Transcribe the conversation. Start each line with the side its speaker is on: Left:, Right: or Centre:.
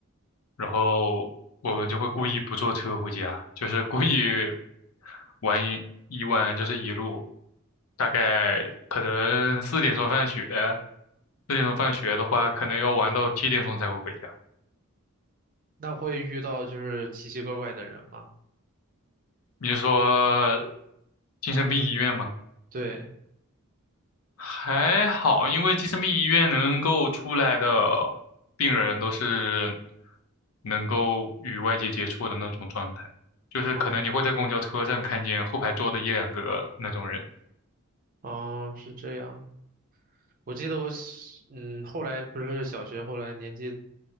Left: 然后我们就会故意不坐车回家，就是故意玩一一玩就是一路，大概可能四点钟放学，四点钟放学的话，可能要玩到七点钟才会回家。
Right: 那会遇到就是奇奇怪怪的人吗？
Left: 你是说精神病医院吗？
Right: 对，
Left: 还好，因为精神病医院能够出来的病人都是能够与外界接触的那种状态，就是可能你会在公交车上看见后排坐的一两个那种人。
Right: 哦哦，是这样。我记得我小嗯，后来不是小学，后来年纪